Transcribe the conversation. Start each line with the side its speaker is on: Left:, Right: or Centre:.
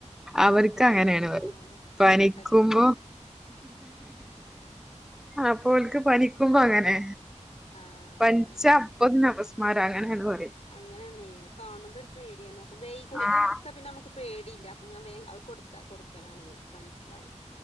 Centre: അവര്ക്ക്
Left: തന്നെ
Centre: അങ്ങനേണ് പറിയും
Left: ആ
Centre: പനിക്കുമ്പോ
Left: ഇരട്ടക്കുടുംബ
Centre: അപ്പോ ഓല്ക്ക് പനിക്കുമ്പം അങ്ങനെ
Left: ആഹ്
Centre: പന്ച്ചാ
Left: ആഹ്
Centre: അപ്പോത്തിനും അപസ്മാരാ അങ്ങനേണ് പറിയും
Left: അങ്ങനാണ്ന്നെ അഹ് കാണുമ്പെര് പേടിയാണ് അപ്പം ബേം ഈ ഗുളിക്ക
Centre: ആഹ്
Left: കൊടുത്താ പിന്നെ അമ്മക്ക് പേടിയില്ലാ അപ്പം ഞാൻ വേം അഹ് കൊടുത്ത കൊടുക്കലാണ് ഇവന് പന്ച്ചാല്